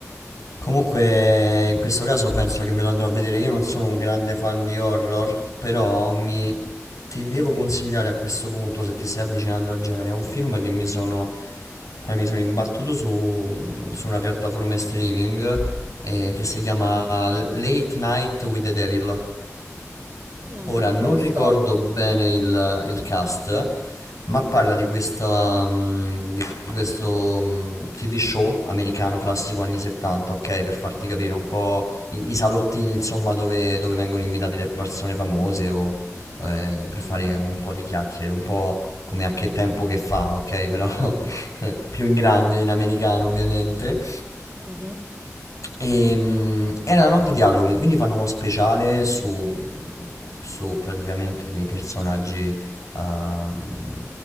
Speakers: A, on the left; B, on the right.
A: Comunque, in questo caso penso che me lo andrò a vedere. Io non sono un grande fan di horror, però mi... ti devo consigliare a questo punto, se ti stai avvicinando al genere, è un film che mi sono, quale mi sono imbattuto su, su una piattaforma streaming eh, che si chiama Late Night with the Devil.
B: Mh,
A: Ora
B: interessante.
A: non ricordo bene il, il cast, ma parla di questa, mm, di questo mm, TV show americano classico anni 70, ok? Per farti capire un po' i, i salottini, insomma, dove, dove vengono invitate le persone famose o eh, per fare
B: Mh-mh,
A: un po' di chiacchiere, un po' come a che tempo che fa, ok? Però <laughs> più in grande in americano, ovviamente.
B: mh-mh.
A: Ehm, era la notte di Halloween, quindi fanno uno speciale su, su praticamente dei personaggi ehm,